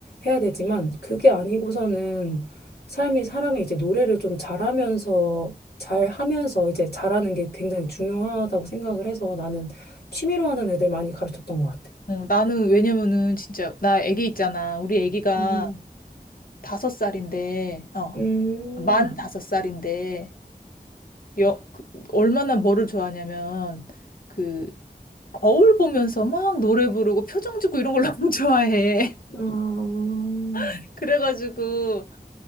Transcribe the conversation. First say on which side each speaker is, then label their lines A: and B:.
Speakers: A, on the left; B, on the left.
A: 해야 되지만 그게 아니고서는 삶이 사람이 이제 노래를 좀 잘하면서 잘 하면서 이제 잘하는 게 굉장히 중요하다고 생각을 해서 나는 취미로 하는 애들 많이 가르쳤던 것 같아.
B: 어, 나는 왜냐면은 진짜 나 애기 있잖아. 우리 애기가
A: 음,
B: 다섯 살인데, 어,
A: 음,
B: 만 다섯 살인데, 여, 그, 얼마나 뭐를 좋아하냐면 그 거울 보면서 막 노래 부르고 표정 짓고 이런 걸 <laughs> 너무 좋아해.
A: 아, 음,
B: <laughs> 그래가지고